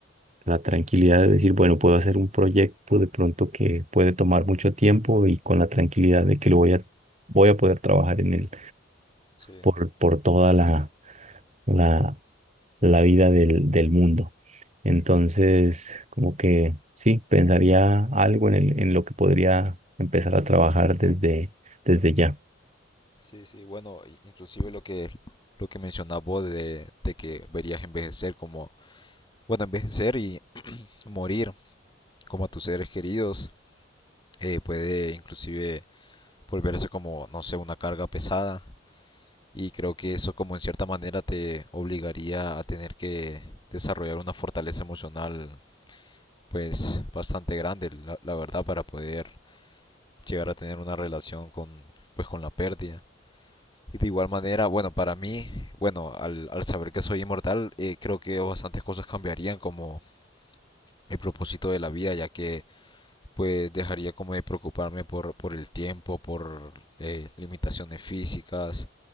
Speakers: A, on the right (about 35°); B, on the left (about 25°).
A: la tranquilidad de decir, bueno, puedo hacer un proyecto de pronto que puede tomar mucho tiempo y con la tranquilidad de que lo voy a, voy a poder trabajar en él
B: Sí,
A: por, por toda la, la la vida del, del mundo. Entonces, como que sí, pensaría algo en el- en lo que podría empezar a trabajar desde, desde ya.
B: sí, sí. Bueno, i- inclusive lo que lo que mencionabas vos de, de que verías envejecer como, bueno, envejecer y morir como a tus seres queridos. Eh, puede inclusive volverse como, no sé, una carga pesada. Y creo que eso como en cierta manera te obligaría a tener que desarrollar una fortaleza emocional pues bastante grande, la, la verdad, para poder llegar a tener una relación con, pues, con la pérdida. Y de igual manera, bueno, para mí, bueno, al, al saber que soy inmortal, eh, creo que bastantes cosas cambiarían como el propósito de la vida, ya que pues dejaría como de preocuparme por, por el tiempo, por eh, limitaciones físicas,